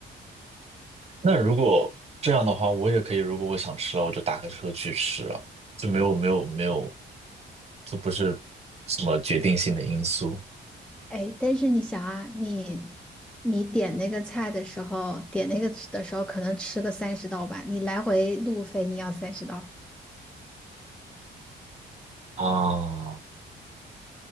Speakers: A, on the right; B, in the centre.
A: 那如果这样的话，我也可以，如果我想吃了，我就打个车去吃了，就没有没有没有，就不是什么决定性的因素
B: 哎，但是你想啊，你你点那个菜的时候，点那个的时候可能吃个三十刀吧，你来回路费你要三十刀，
A: 啊，